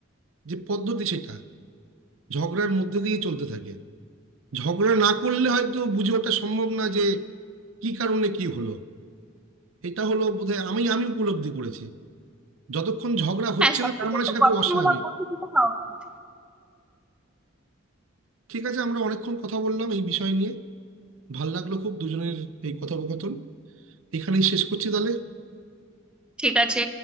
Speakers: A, on the right; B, in the centre.
A: যে পদ্ধতি সেটা ঝগড়ার মধ্যে দিয়ে চলতে থাকে ঝগড়া না করলে হয়তো বুঝে ওঠা সম্ভব না যে কি কারণে কি হলো এটা হলো বোধহয় আমি আমি উপলব্ধি করেছি যতক্ষণ ঝগড়া হচ্ছে
B: হ্যাঁ সবকিছু
A: না তার মানে
B: একটা
A: সেটা
B: গঠনমূলক
A: খুব অস্বাভাবিক
B: পদ্ধতিতে হওয়া উচিত।
A: ঠিক আছে আমরা অনেকক্ষণ কথা বললাম এই বিষয় নিয়ে ভাল লাগলো খুব দুজনের এই কথোপকথন এখানেই শেষ করছি তাহলে
B: ঠিক আছে